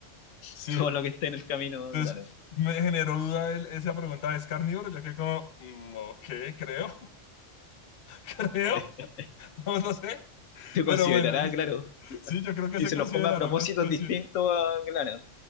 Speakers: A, on the left; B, on the left.
A: <laughs>
B: Sí,
A: todo lo que esté en el camino,
B: Entonces
A: claro.
B: me generó duda el- esa pregunta, ¿es carnívoro? Yo quedé como, mm, ok, creo, <laughs> creo,
A: <laughs>
B: no lo sé,
A: Se
B: pero
A: considerará,
B: bueno, es-
A: claro, y-
B: sí, yo creo que
A: si
B: se
A: se
B: considerará
A: los come a propósitos
B: una especie,
A: distintos, a- claro.